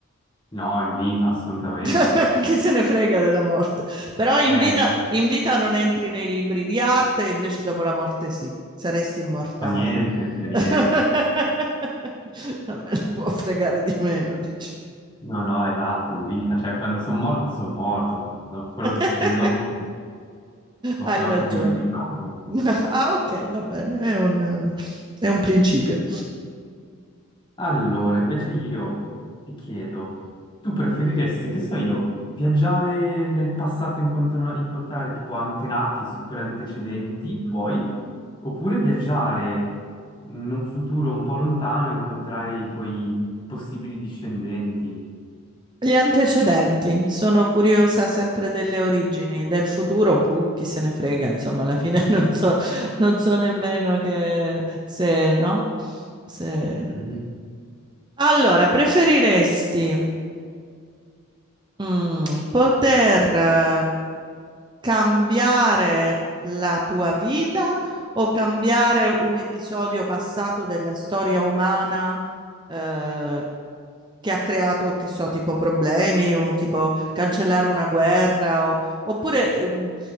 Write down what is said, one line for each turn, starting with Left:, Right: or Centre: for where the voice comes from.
Left: no, in vita, assolutamente.
Right: <laughs> Chi se ne frega della morte? Però in
Left: Eh,
Right: vita, in vita non entri nei libri di arte, invece dopo la morte sì, saresti immortale.
Left: fa niente, fa
Right: <laughs>
Left: niente.
Right: Non me ne può fregare di meno, dici.
Left: No, no, esatto, in vita, cioè quando sono morto sono morto, dopo quello
Right: <laughs>
Left: che succede dopo possono
Right: Hai ragione.
Left: anche dimenticarlo.
Right: <laughs> Ah, ok, va bene, è un, è un principio.
Left: Allora, invece io ti chiedo, tu preferiresti, che so io, viaggiare nel passato e incontro- incontrare tipo antenati, super antecedenti tuoi, oppure viaggiare in un futuro un po' lontano e incontrare i tuoi possibili discendenti?
Right: Gli antecedenti, sono curiosa sempre delle origini, del futuro, boh, chi se ne frega, insomma, alla fine <laughs> non so, non so nemmeno che se, no? Se...
Left: Mhm.
Right: Allora, preferiresti mm, poter eh, cambiare la tua vita o cambiare un episodio passato della storia umana eh, che ha creato, che so, tipo problemi o tipo cancellare una guerra o- oppure ehm,